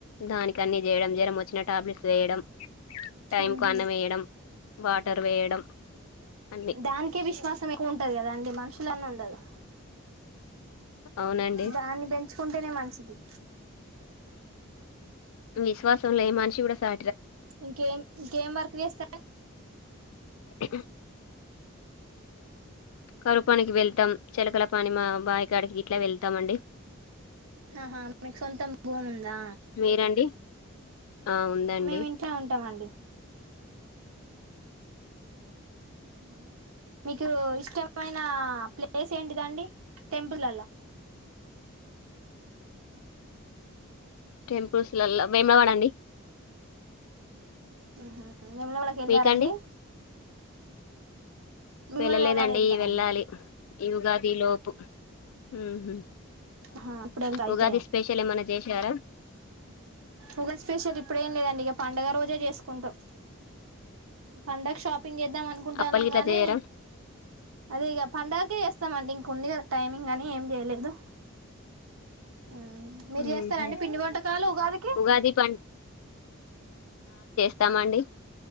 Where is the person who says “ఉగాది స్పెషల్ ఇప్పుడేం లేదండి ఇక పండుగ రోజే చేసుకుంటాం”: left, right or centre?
Right